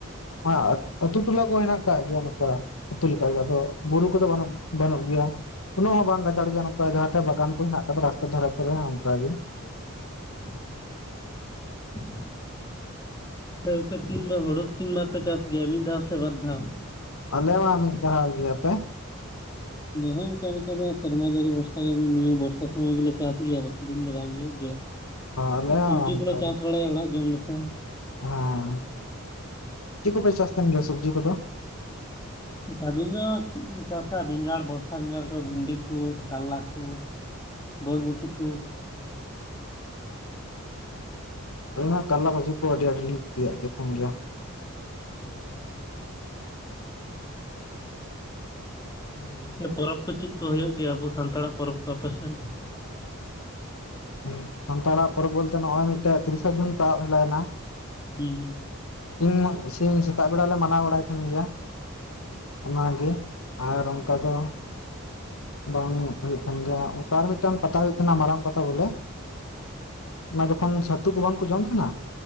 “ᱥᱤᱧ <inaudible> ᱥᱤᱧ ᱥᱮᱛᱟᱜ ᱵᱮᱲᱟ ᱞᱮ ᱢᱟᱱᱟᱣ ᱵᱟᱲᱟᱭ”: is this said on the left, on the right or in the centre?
Left